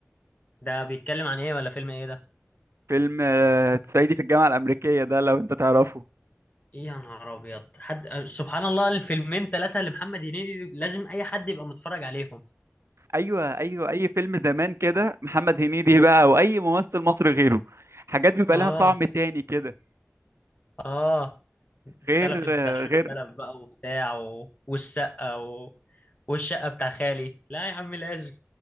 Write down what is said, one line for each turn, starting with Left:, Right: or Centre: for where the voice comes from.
Left: ده بيتكلم عن ايه ولا فيلم ايه ده
Right: فيلم آه، صعيدي في الجامعه الامريكيه ده لو انت تعرفه
Left: إيه يا نهار ابيض حد آه، سبحان الله الفيلمين ثلاثه لمحمد هنيدي لازم اي حد يبقى متفرج عليهم
Right: ايوه ايوه اي فيلم زمان كده محمد هنيدي بقى او اي ممثل مصري غيره حاجات بيبقى
Left: اه
Right: لها طعم تاني كده
Left: اه
Right: غير
Left: خلفت
Right: آه،
Left: بهشوم
Right: غير
Left: سلف بقى وبتاع و... والشقة و... والشقة بتاع خالي لا يا عم لازم